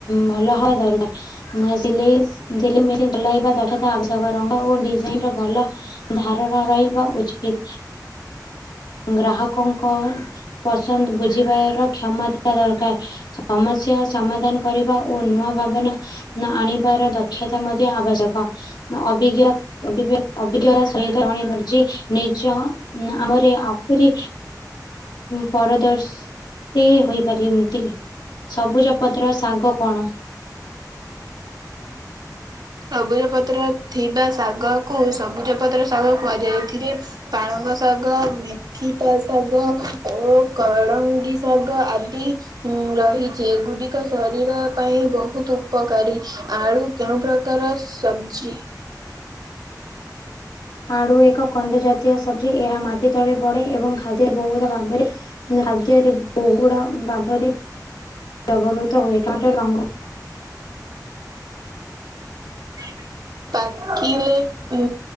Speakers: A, on the left; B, on the right.
A: ଭଲ। ହ ଦରକାର ନୂଆ ସିଲେଇ ମେସିନ୍ଲାଇବା ଦକ୍ଷତା ଆବଶ୍ୟକ ରଙ୍ଗ ଓ ଡିଜାଇନ ର ଭଲ। ଧାରଣା ରହିବା ଉଚିତ। ଗ୍ରାହକଙ୍କ ପସନ୍ଦ ବୁଝିବାର କ୍ଷମତା ଦରକାର। ସମସ୍ୟା ସମାଧାନ କରିବା ଓ ନୂଆ ଭାବନା ଆଣିବାର ଦକ୍ଷତା ମଧ୍ୟ ଆବଶ୍ୟକ ଅଭିଜ୍ଞ ଅଭିଜ୍ଞତା ସହିତ ଜଣେ ଧର୍ଜି ନିଜ ଆମରେ। ପପରି ପରଦର୍ଶ। ସେ ହୋଇପାରନ୍ତି ସବୁଜପତ୍ର ଶାଗ କଣ?
B: ସବୁଜ ପତ୍ର ଥିବା ଶାଗ କୁ ସବୁଜ ପତ୍ର ଶାଗ କୁହାଯାଏ ଏଥରେ ପାଳଙ୍ଗ ଶାଗ ମେଥିପ ଶାଗ ଓ କଳଙ୍ଗୀ ଶାଗ ଆଦି ରହିଛି ଏଗୁଡିକ ଶରୀର ପାଇଁ ବହୁତ ଉପକାରୀ। ଆଳୁ କେଉଁ ପ୍ରକାର ସବଜି?
A: ଆଳୁ ଏକ କନ୍ଦ ଜାତୀୟ ସବଜି ଏହା ମାଟି ତଳେ ବଢେ ଏବଂ ଖାଦ୍ୟ ବୋଉର ଭାବରେ ଖାଦ୍ୟରେ ବୋହୁ ର ଭାବରେ ବ୍ୟବହୃତ ହୁଏ ଟମାଟାରୁ ରଙ୍ଗ।
B: ଠିକ। ପାକିଲେ ଉ